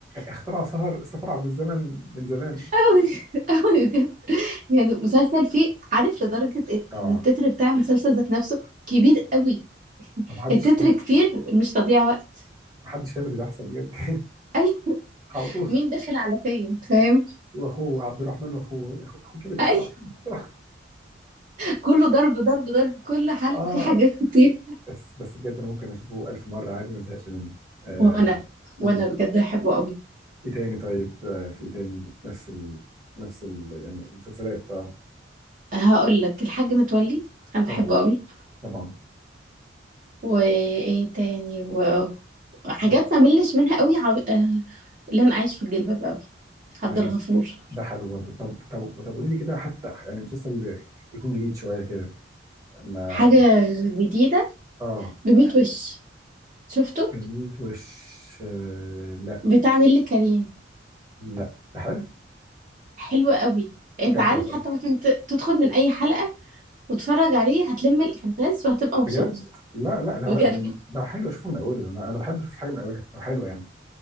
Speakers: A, on the right (about 20°); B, on the right (about 45°).
A: اختراع السفر السفر عبر الزمن من زمان
B: أوي <laughs> أوي بجد يعني مسلسل فيه عارف لدرجة
A: اه
B: إن التتر بتاع المسلسل ذات نفسه كبير أوي
A: ما حدش
B: التتر
A: فاهم
B: كتير مش تضييع وقت
A: ما حدش فاهم اللي بيحصل بجد
B: <laughs> أي
A: <laughs> على طول
B: مين داخل على فين فاهم
A: واخوه عبد الرحمن واخوه اخوه أخوه
B: <laughs>
A: كبر بسرعه
B: أي
A: بسرعه
B: كله ضرب ضرب ضرب كل حلقة
A: اه
B: في حاجات كتير
A: بس بس بجد انا ممكن اشوفه الف مره عادي ما ازهقش منه آه
B: وأنا
A: امم
B: وأنا بجد بحبه أوي
A: ايه تاني طيب آه في ايه تاني نفس ال... نفس ال... يعني المسلسلات اه
B: هقول لك الحاج متولي أنا
A: طبعا
B: بحبه أوي
A: طبعا
B: وإيه تاني و- وحاجات
A: مم.
B: ما ملش منها أوي عب... آه، لن أعيش في الجلباب أوي عبد
A: ماشي
B: الغفور
A: ده حلو برضه طب طب طب قولي لي كده حتى يعني مسلسل يكون جديد شويه كده ما
B: حاجة جديدة
A: اه
B: بميت وش شفته
A: بنيت وش آه لا
B: بتاع نيللي كريم
A: لا ده حلو
B: حلو قوي انت
A: بجد
B: عارف
A: والله
B: حتى ممكن ت- تدخل من اي حلقة وتتفرج عليه هتلم الاحداث وهتبقى مبسوط
A: بجد لا لا ده
B: بجد
A: هو لو حلو اشوفه من اوله انا انا بحب اشوف الحاجه من اولها لو حلوه يعني